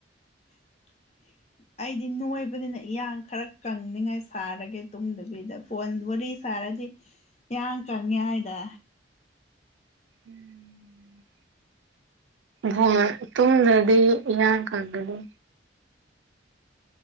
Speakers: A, on the left; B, on the right.
A: <inaudible> ꯑꯩꯗꯤ ꯅꯣꯏꯕꯅꯤꯅ ꯏꯌꯥꯡ ꯈꯔ ꯀꯪꯅꯤꯉꯥꯏ ꯁꯥꯔꯒꯦ ꯇꯨꯝꯗꯕꯤꯗ ꯐꯣꯟ ꯋꯥꯔꯤ ꯁꯥꯔ ꯍꯥꯏꯗꯤ ꯏ ꯀꯪꯉꯦ ꯍꯥꯏꯗ
B: ꯎꯝ ꯍ ꯇꯨꯡꯗ꯭ꯔꯗꯤ ꯌꯥ ꯀꯛꯗꯗꯤ